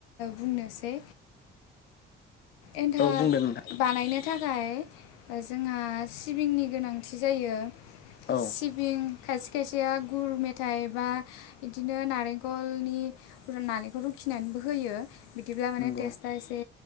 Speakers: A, on the left (about 75°); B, on the left (about 35°).
A: बुंनोसै एन्थाब
B: औ बुंदो नोंथां
A: बानायनो थाखाय जोंहा सिबिंनि गोनांथि जायो
B: औ
A: सिबिं खायसे खायसेया गुर मेथाइ बा बिदिनो नारेंखलनि नालेंखर रुखिनानैबो होयो बिदिब्ला माने
B: नंगौ
A: टेस्टआ एसे